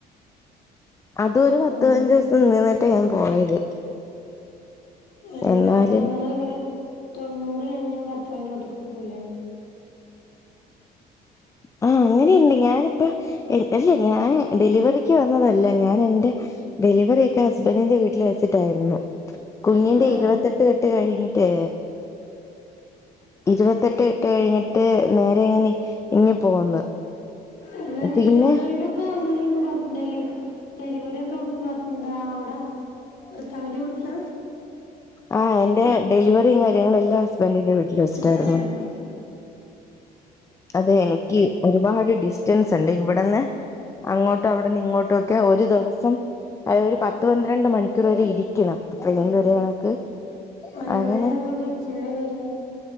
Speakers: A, on the left; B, on the left.
A: അതുവൊരു പത്ത്
B: ഉം
A: പതിനഞ്ചു ദിവസം നിന്നിട്ട് ഞാൻ പോയത്
B: എല്ലാ
A: എന്നാലും
B: അപ്പൊ നിങ്ങള് ഇങ്ങനെ തൊണ്ണൂറ് കഴിഞ്ഞാ ഭർത്താവിന്റെ വിട്ട്ക്ക് പോകൂല്ലേ <inaudible>
A: ആഹ് അങ്ങനെയുണ്ട് ഞാനിപ്പ അല്ല ഞാന് ഡെലിവറിക്ക് വന്നതല്ല ഞാൻ എൻ്റെ ഡെലിവെറിയൊക്കെ ഹസ്ബൻ്റിന്റെ വീട്ട്‌ല് വെച്ചിട്ടായിരുന്നു. കുഞ്ഞിന്റെ
B: ആഹ്
A: ഇരുവത്തെട്ട് കെട്ട് കഴിഞ്ഞിട്ടേ ഇരുവ ത്തെട്ട് കെട്ട് കഴിഞ്ഞിട്ട് നേരെ ഇന്നി ഇങ്ങി പോന്ന്.
B: എല്ലാം നിങ്ങൾടേലും
A: പിന്നെ
B: പ്പ അങ്ങനേയൊന്നും പറഞ്ഞ് ഡെല് ഡെലിവറി ഒക്കെ മ്മാത് ന്താ അവ്ടെ ഭർത്താവ്ൻ്റെ വീട്ട്ലാ.
A: ആഹ് എന്റെ ഡെലിവറിയും കാര്യങ്ങളും എല്ലാം ഹസ്ബൻ്റിന്റെ വീട്ട്‌ല് വെച്ചിട്ടായിരുന്നു.
B: ഇപ്പട്ത്തെരാ ഇപ്പട്ത്തെരാ
A: അതെ എനിക്ക് ഒരുപാട് ഡിസ്റ്റൻസ് ണ്ട് ഇവടന്ന് അങ്ങോട്ട് അവ വട്ന്ന് ഇങ്ങോട്ടൊക്കെ ഒര് ദിവസം അത് ഒരു പത്ത്, പന്ത്രണ്ട് മണിക്കൂർ വരെ ഇരിക്കണം. ട്രെയിനില് ഒരു കണക്ക്
B: ആഹ്
A: അതെന്നെ
B: എവിടെയാണ് അപ്പൊ ഇത് ജില്ല വരുന്നെ